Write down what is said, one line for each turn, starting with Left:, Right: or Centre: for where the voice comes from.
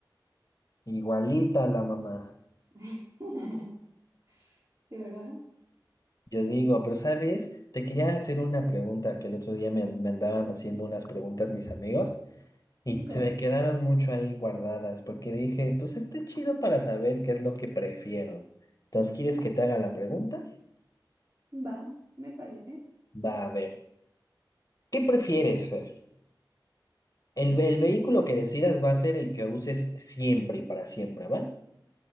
Left: Igualita la mamá.
Right: <laughs> Sí, ¿verdad?
Left: Yo digo, pero ¿sabes? Te quería hacer una pregunta que el otro día me, me andaban haciendo unas preguntas mis amigos. Y
Right: Ok,
Left: se me quedaron mucho ahí guardadas porque dije, pues está chido para saber qué es lo que prefiero. Entonces, ¿quieres que te haga la pregunta?
Right: va, me parece.
Left: Va a ver. ¿Qué prefieres, Fer? El, el vehículo que decidas va a ser el que uses siempre y para siempre, ¿va?